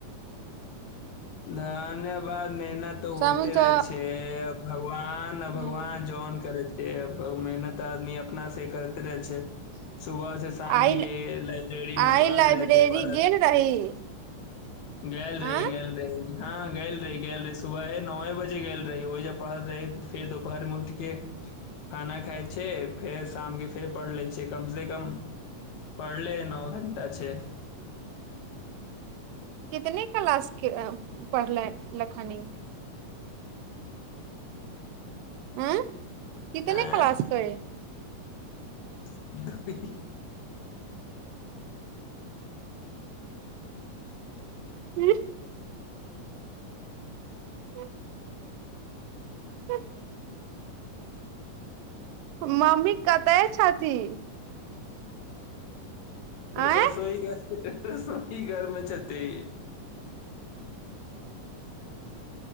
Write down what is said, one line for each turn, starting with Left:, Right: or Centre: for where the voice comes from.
Left: धन्यवाद मेहनत तऽ होते
Right: समझह
Left: रहै छै भगवान आ न
Right: हूँ
Left: भगवान जौन करे छैय मेहनत आदमी अपना से करते रहे छै सुबह से सामी
Right: आइ
Left: ले लाइब्रेरी
Right: आइ
Left: में पढ़त
Right: लाइब्रेरी
Left: रहत पढ़त
Right: गेल रही
Left: गेल रही
Right: आँ
Left: गेल रही हँ गेल रही गेल रही सुबह नौ ए बजे गेल रही ओहि जब पढ़ल रही फेर दोपहर मे उठ के खाना खाय छै फेर शामके फेर पढ़ लै छै कम से कम पढ़ले नओ घण्टा छै
Right: कितने क्लास पढ़ले लखनी अँ कितने
Left: आँय
Right: क्लास क
Left: <unintelligible>
Right: ह <unintelligible> <unintelligible> मम्मी कतय छथिन आँय
Left: रसोई घर रसोई घरमे छथि